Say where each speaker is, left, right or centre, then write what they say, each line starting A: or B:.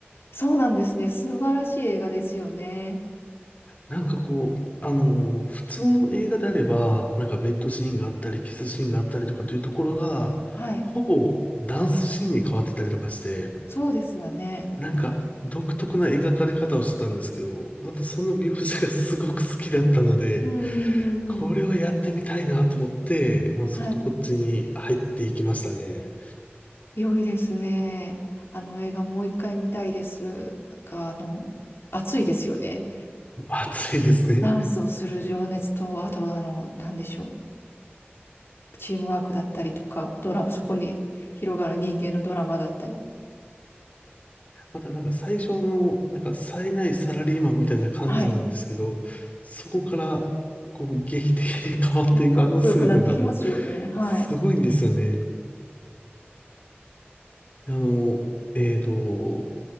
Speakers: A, on the left; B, on the left.
A: そうなんですね。素晴らしい映画ですよね。
B: なんかこう、あの、普通の映画であれば、なんかベッドシーンがあったり、キスシーンがあったりとかというところが、
A: はい。
B: ほぼダンスシーンに変わってたりとかして、
A: そうですよね。
B: なんか独特な描かれ方をしてたんですけど、またその描写がすごく好きだったので、
A: うんうんうんうん。
B: これはやってみたいなと思って、もうそ、
A: はい。
B: こっちに入っていきましたね。
A: 良いですね。あの映画もう一回見たいですが、あの、熱いですよね。
B: 熱いですね。
A: ダンスをする情熱と、あとあの、なんでしょう。チームワークだったりとか、ドラマ、そこに広がる人間のドラマだったり。
B: またなんか最初の、なんか冴えないサラリーマンみたいな感じなんですけど、
A: はい。
B: そこから、こう、劇的に <laughs> 変わっていくあの姿がもう、
A: かっこよくなってきますよね。はい。
B: すごいんですよね。あの、えっと、